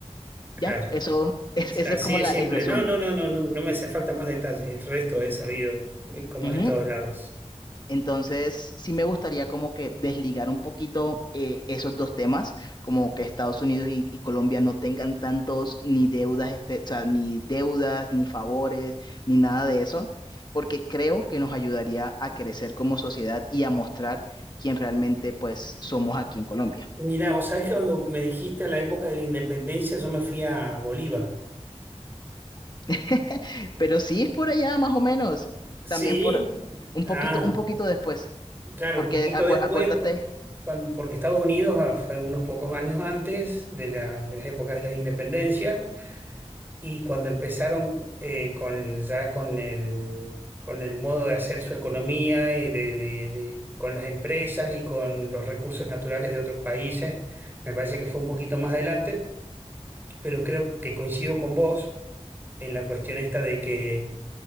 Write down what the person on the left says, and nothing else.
Ya, eso <laughs> es, ese
es como
la,
el resumen.
Ujú.
Entonces, sí me gustaría como que desligar un poquito eh, esos dos temas, como que Estados Unidos y, y Colombia no tengan tantos ni deudas, este, o sea, ni deudas, ni favores, ni nada de eso, porque creo que nos ayudaría a crecer como sociedad y a mostrar quién realmente pues somos aquí en Colombia.
<laughs> Pero sí es por allá más o menos,
también por un
poquito, un poquito después,
porque
acu-
acuérdate.